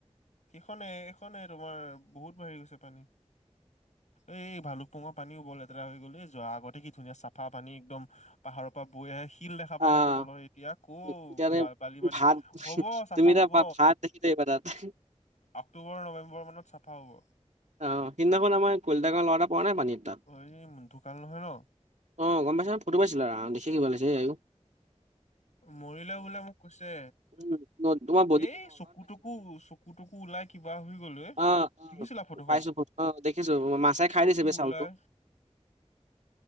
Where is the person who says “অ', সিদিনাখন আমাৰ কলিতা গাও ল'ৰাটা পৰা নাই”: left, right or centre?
Right